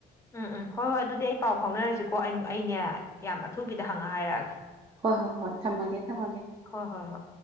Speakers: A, on the left (about 15°); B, on the right (about 35°).
A: ꯎꯝ ꯎꯝ ꯍꯣꯏ ꯍꯣꯏ ꯑꯗꯨꯗꯤ ꯑꯩ ꯄꯥꯎ ꯐꯥꯎꯅꯔꯁꯤꯀꯣ ꯑꯩ ꯑꯩꯅꯦ ꯌꯥꯝ ꯑꯊꯨꯕꯤꯗ ꯍꯪꯉ ꯍꯥꯏꯔꯛꯑꯒꯦ
B: ꯍꯣꯏ ꯍꯣꯏ ꯍꯣꯏ ꯊꯝꯃꯒꯦ ꯊꯝꯃꯒꯦ
A: ꯍꯣꯏ ꯍꯣꯏ ꯍꯣꯏ